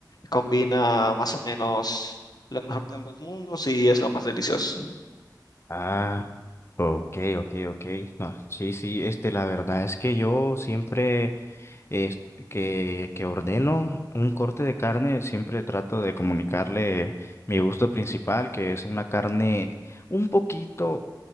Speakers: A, on the left (about 60°); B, on the left (about 35°).
A: combina más o menos lo mejor de ambos mundos y es lo más delicioso.
B: Ah, ok, ok, ok. No, sí, sí, este, la verdad es que yo siempre es- que, que ordeno un corte de carne, siempre trato de comunicarle mi gusto principal, que es una carne un poquito